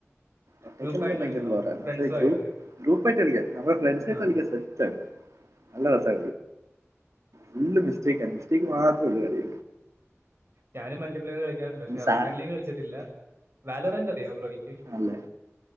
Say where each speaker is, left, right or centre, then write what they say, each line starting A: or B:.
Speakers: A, on the right (about 85°); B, on the right (about 55°).
A: ഒറ്റക്ക്
B: ഗ്രൂപ്പായിട്ട്
A: കളിക്കാൻ ഭയങ്കര
B: കളിക്കണം
A: ബോറാണ്
B: ഫ്രണ്ട്സുമായിട്ട്
A: പക്ഷേ ഗ്രൂപ്പ്. ഗ്രൂപ്പായിട്ട് കളിക്കാം നമ്മള് ഫ്രണ്ട്സായിട്ട്
B: ആ
A: കളിക്കാം സ നല്ല രസാ ഫുള്ള് മിസ്റ്റേക്കാണ് ആണ് മിസ്റ്റേക്ക് മാത്രമേ ഉള്ളൂ കളി
B: ഞാനും മൾട്ടിപ്ലെയർ കളിക്കാറുണ്ട് പഷെ
A: ഈ സാ
B: റോക്കറ്റ് ലീഗ് കളിച്ചിട്ടില്ല വാലറെണ്ടയാവോ ബ്രോയി..
A: അല്ലേ.